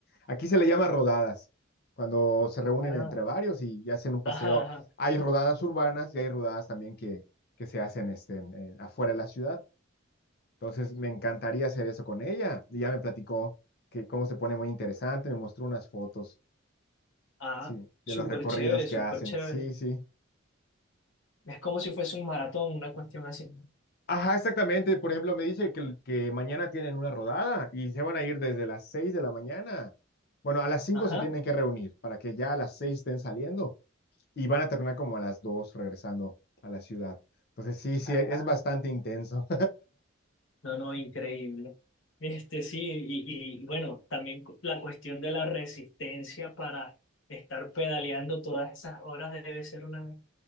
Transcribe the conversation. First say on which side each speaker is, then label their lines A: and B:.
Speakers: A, on the left (about 50°); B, on the left (about 75°).
A: Aquí se le llama rodadas, cuando se reúnen
B: Ah,
A: entre varios y, y hacen un paseo.
B: ajá, ajá.
A: Hay rodadas urbanas y hay rodadas también que, que se hacen este, en- en- afuera de la ciudad. Entonces, me encantaría hacer eso con ella. Y ya me platicó que cómo se pone muy interesante, me mostró unas fotos,
B: Ah,
A: sí,
B: súper
A: de los recorridos
B: chévere, súper
A: que hacen.
B: chévere.
A: Sí, sí.
B: Es como si fuese un maratón, una cuestión así.
A: Ajá, exactamente. Por ejemplo, me dice que, que mañana tienen una rodada y se van a ir desde las 6 de la mañana. Bueno, a las cinco
B: Ajá.
A: se tienen que reunir para que ya a las 6 estén saliendo y van a terminar como a las 2 regresando a la ciudad. Entonces, sí, sí,
B: Ah,
A: es bastante intenso.
B: No, no, increíble. Este sí, y, y bueno, también cu- la cuestión de la resistencia para estar pedaleando todas esas horas debe ser una